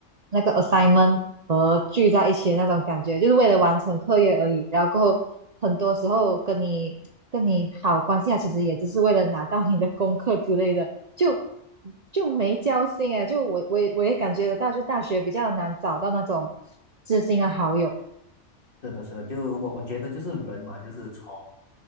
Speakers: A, on the right (about 40°); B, on the left (about 45°).
A: 那个 assignment 和聚在一起的那种感觉，就是为了完成课业而已。然后过后很多时候跟你跟你好关系啊，其实也只是为了拿到你的功课之类的，就就没交心哎。就我我也我也感觉得到，就大学比较难找到那种知心的好友。
B: 是的，是的，就我我觉得就是人嘛，就是从